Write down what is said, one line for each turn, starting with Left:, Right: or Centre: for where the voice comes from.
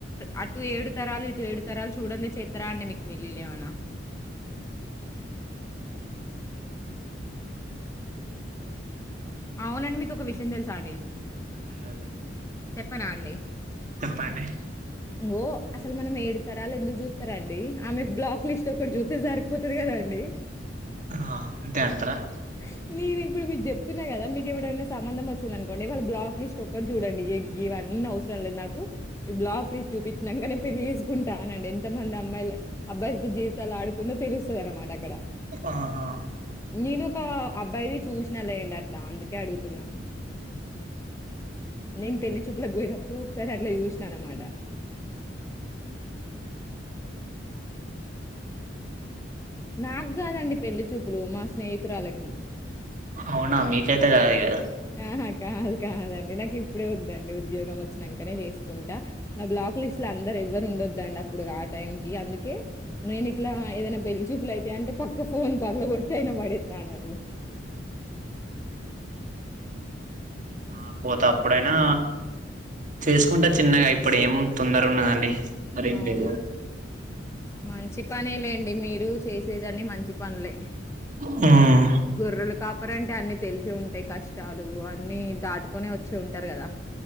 Left: అటు ఏడు తరాలు ఇటు ఏడు తరాలు చూడండి చెత్తర అండి మీకు పెళ్ళిళ్ళు ఏమన్న అవునండి మీకు ఒక విషయం తెలుసా అండి
Right: అలాదే
Left: చెప్పనా అండి
Right: చెప్పండి
Left: గో అసలు మనం ఏడుతార అ ఎందుకు చూస్తారా అండి ఆమె బ్లాక్ లిస్ట్ ఒకటి చూత్తే సరిపోతుంది కదా అండి
Right: ఆ అంతే అంటారా
Left: <unintelligible> న్నాయి కదా మీకు ఎవడైనా సంబంధం వచ్చిందనుకోండి వాళ బ్లాక్ లిస్ట్ లుక్టి చూడండి ఇవన్నీ అవసరం లేదు నాకు ఈ బ్లాక్ లిస్ట్ చూపించి వెంటనే పెళ్లి తీసుకుంటానండి ఎంత మంది అమ్మాయిలు అబ్బాయిలతో జీవితాలు ఆడుకుందో తెలుస్తుంది అనమాట అక్కడ
Right: ఆహా
Left: నేను ఒక అబ్బాయిది చూసినా లే ఏండి అట్లా అందుకే అడుగుతున్నా నేను పెళ్లి చూపులకుకి పోయినప్పుడు ఒకసారి అట్లా చూసినాను అన్నమాట నాకు కాదండి పెళ్లిి చూపులు మా స్నేహితురాలకి
Right: అవునా మీకైతే కాాల కదా
Left: ఆహా కాదు కాదండి నాకు ఇప్పుడే వద్దండి ఉద్యోగం వచ్చినాకనే చేసుకుంటా నా బ్లాక్ లిస్ట్ లో అందరు ఎవ్వరు ఉండద్దండి అప్పుడు ఆ టైం క అందుకే నేను ఇట్లా ఏదైనా పెల్లి చూపులు అయి అంటే పక్క ఫోన్ పగల కొొట్ట అయిన పడేస్తా అన్నటు
Right: ఆ పోతే అప్పుడైనా చేసుకుంటా చిన్నగా ఇప్పుడు ఏం తొందర ఉన్నదండి మరేం
Left: అవునా
Right: లేదు
Left: మంచి పనే లేండి అండి మీరు చేసేదాన్ని మంచి పనులే
Right: ఉమ్
Left: గొర్రలు కాపరంటే అన్ని తెలిసి ఉంటాయి కష్టాలు అన్ని దాటుకొనే వచ్చి ఉంటారు కదా